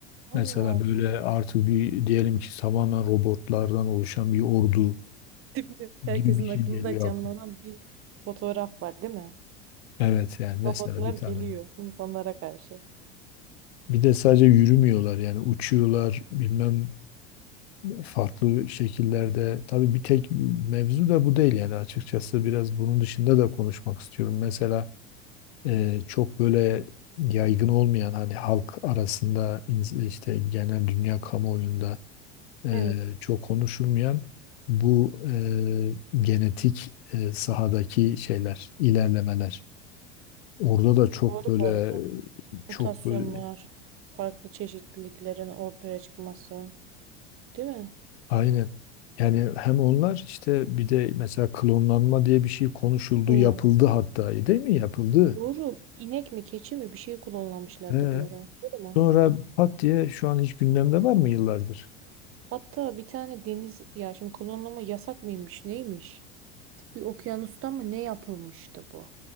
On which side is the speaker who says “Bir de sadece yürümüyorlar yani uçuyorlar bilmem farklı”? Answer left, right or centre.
Left